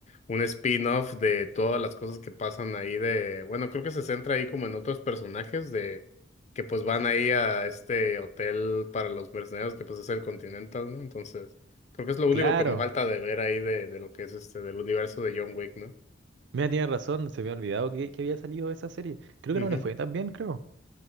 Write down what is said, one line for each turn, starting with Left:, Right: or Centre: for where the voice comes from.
Left: un spin-off de todas las cosas que pasan ahí de, bueno, creo que se centra ahí como en otros personajes de que pues van ahí a este hotel para los mercenarios que pues es el Continental, ¿no? Entonces, creo que es lo único
Right: Claro.
Left: que me falta de ver ahí de, de lo que es este del universo de John Wick, ¿no?
Right: Mira, tienes razón, se me ha olvidado que, que había salido esa serie. Creo que
Left: Ujú.
Right: no le fue tan bien, creo,